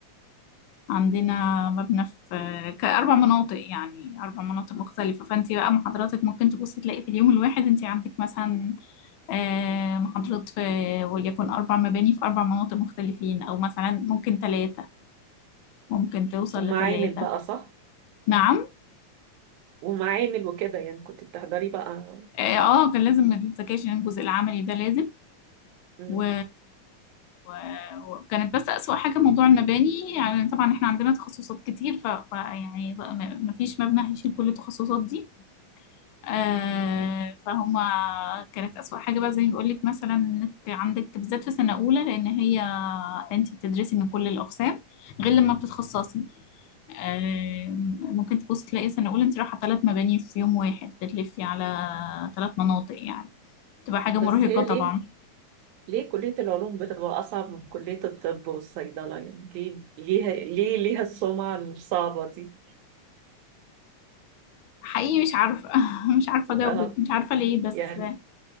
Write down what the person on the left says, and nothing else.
عندنا مبنى في كأربع مناطق يعني أربع مناطق مختلفة فأنت بقى محاضراتك ممكن تبصي تلاقي في اليوم الواحد أنت عندك مثلا آه، محاضرات في وليكن أربع مباني في أربع مناطق مختلفين أو مثلا ممكن ثلاثة ممكن توصل
لثلاثة
نعم
اه آه، كان لازم الذكاء الجزء العملي ده لازم
و... و... وكانت بس أسوأ حاجة موضوع المباني يعني طبعا احنا عندنا تخصصات كتير ف... ف... يعني ما فيش مبنى هيشيل كل التخصصات دي آه فهم كانت أسوأ حاجة بقى زي ما بقول لك مثلا انك عندك بالذات في سنة أولى لأن هي انت بتدرسي من كل الأقسام غير لما بتتخصصي آه، ممكن تبص تلاقي سنة أولى انت رايحة ثلاث مباني في يوم واحد بتلفي على ثلاث مناطق يعني تبقى حاجة مرهقة
طبعا
حقيقي مش عارفة <laughs> مش عارفة أجاوبك
مش عارفة ليه بس